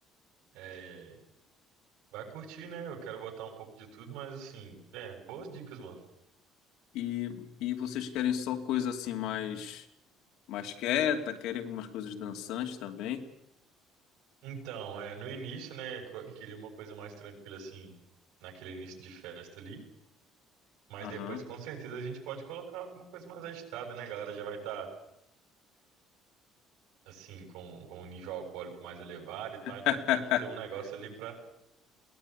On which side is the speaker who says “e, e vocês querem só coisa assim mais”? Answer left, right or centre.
Left